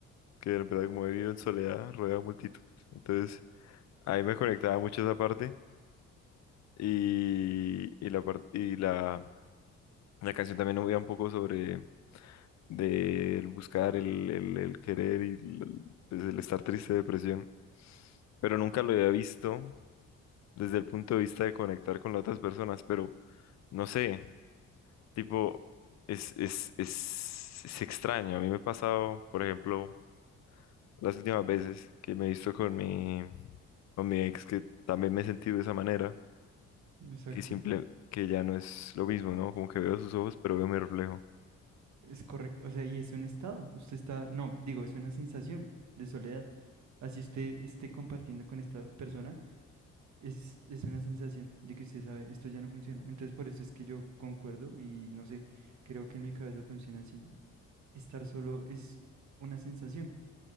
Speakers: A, on the left; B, on the right.
A: que de verdad como he vivido en soledad, rodeado de multitud. Entonces, ahí me conectaba mucho esa parte y, y la, par- y la, la canción también habla un poco sobre de el buscar, el, el, el querer y el, pues, el estar triste, depresión, pero nunca lo había visto desde el punto de vista de conectar con las otras personas, pero no sé, tipo, es, es, es, es extraño. A mí me ha pasado, por ejemplo, las últimas veces que me he visto con mi, con mi ex, que también me he sentido de esa manera,
B: Exacto.
A: que simple, que ya no es lo mismo, ¿no? Como que veo sus ojos, pero veo mi reflejo.
B: Es correcto. O sea, y es un estado. Usted está, no, digo, es una sensación de soledad. Así usted esté compartiendo con esta persona Es, es una sensación de que usted sabe, esto ya no funciona. Entonces, por eso es que yo concuerdo y no sé, creo que en mi cabeza funciona así. Estar solo es una sensación,